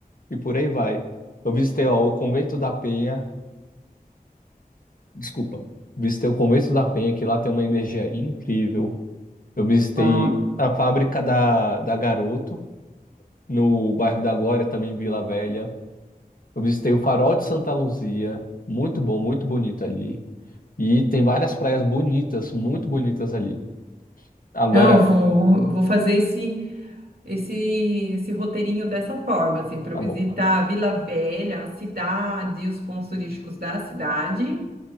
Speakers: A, on the left; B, on the right.
A: e por aí vai. Eu visitei, ó, o Convento da Penha. Desculpa. Visitei o Convento da Penha, que lá tem uma energia incrível. Eu visitei
B: Uau.
A: a fábrica da, da Garoto. no bairro da Glória, também em Vila Velha. Eu visitei o Farol de Santa Luzia, muito bom, muito bonito ali. E tem várias praias bonitas, muito bonitas ali. Agora,
B: Não, eu vou, vou fazer esse, esse, esse roteirinho dessa forma, assim, para eu
A: tá
B: visitar
A: bom,
B: a Vila Velha, a cidade, os pontos turísticos da cidade.